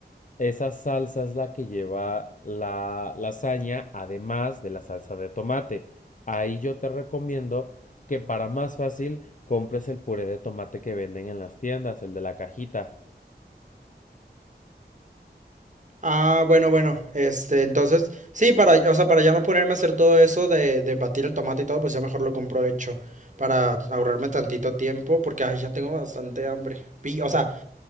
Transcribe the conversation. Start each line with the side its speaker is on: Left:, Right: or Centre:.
Left: Esa salsa es la que lleva la lasaña, además de la salsa de tomate. Ahí yo te recomiendo que para más fácil compres el puré de tomate que venden en las tiendas, el de la cajita.
Right: Ah, bueno, bueno. Este, entonces, sí, para, o sea, para ya no ponerme a hacer todo eso de, de batir el tomate y todo, pues ya mejor lo compro hecho para ahorrarme tantito tiempo, porque ay, ya tengo bastante hambre. Vi- o sea,